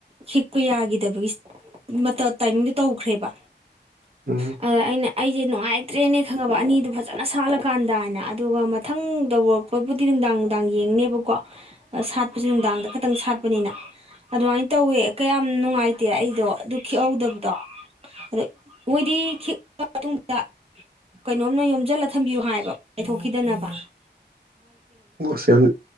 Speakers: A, on the right; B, on the right.
A: ꯍꯤꯛꯄ ꯌꯥꯒꯤꯗꯕꯒꯤ ꯇꯥꯏꯃꯤꯡꯗꯨꯣ ꯇꯧꯈ꯭ꯔꯦꯕ
B: ꯎꯝ
A: ꯑꯗ ꯑꯩꯅ ꯑꯩꯁꯦ ꯅꯨꯡꯉꯥꯏꯇ꯭ꯔꯦꯅꯦ ꯈꯪꯉꯕ ꯑꯅꯤꯗꯨ ꯐꯖꯅ ꯁꯥꯠꯂꯀꯥꯟꯗ ꯍꯥꯏꯅ ꯑꯗꯨꯒ ꯃꯊꯪꯗꯧꯔꯛꯄꯕꯨꯗꯤ ꯅꯨꯡꯗꯥꯡ ꯅꯨꯡꯗꯥꯡ ꯌꯦꯡꯅꯦꯕꯀꯣ ꯁꯥꯠꯄꯁꯦ ꯅꯨꯡꯗꯥꯡꯗ ꯈꯇꯪ ꯁꯥꯠꯄꯅꯤꯅ ꯑꯗꯨꯃꯥꯏꯅ ꯇꯧꯋꯦ ꯀꯌꯥꯝ ꯅꯨꯡꯉꯥꯏꯇꯦ ꯑꯩꯗꯣ ꯑꯗꯨ ꯈꯤꯍꯧꯗꯕꯗꯣ ꯑꯗꯣ ꯃꯣꯏꯗꯤ ꯈꯤꯛꯂ ꯃꯇꯨꯡꯗ ꯀꯩꯅꯣꯝꯅ ꯌꯣꯝꯖꯤꯜꯂ ꯊꯝꯕꯤꯌꯨ ꯍꯥꯏꯕ ꯄꯥꯏꯊꯣꯛꯈꯤꯗꯅꯕ
B: ꯁ ꯌꯥꯝ